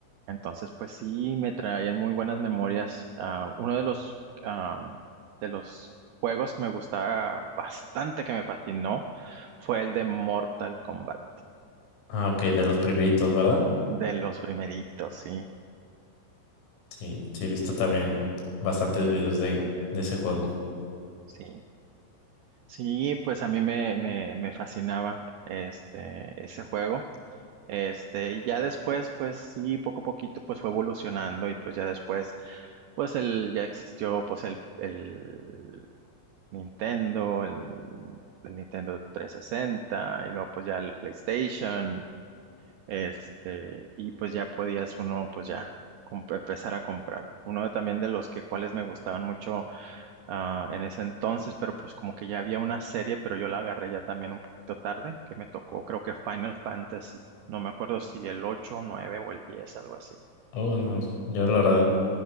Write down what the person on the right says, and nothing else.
entonces, pues sí, me traían muy buenas memorias. Ah, uno de los, am, de los juegos que me gustaba bastante, que me fascinó, fue el de Mortal Kombat,
de los primeritos, sí,
sí. Sí, pues a mí me, me, me fascinaba este, ese juego. Este, y ya después, pues sí, poco a poquito, pues fue evolucionando y pues ya después, pues el, ya existió, pues el, el Nintendo, el, el Nintendo 360 y luego pues ya el PlayStation, este, y pues ya podías uno pues ya comp- empezar a comprar. Uno de- también de los que cuales me gustaban mucho ah, en ese entonces, pero pues como que ya había una serie, pero yo la agarré ya también un poquito tarde, que me tocó creo que Final Fantasy, no me acuerdo si el 8, 9 o el 10, algo así.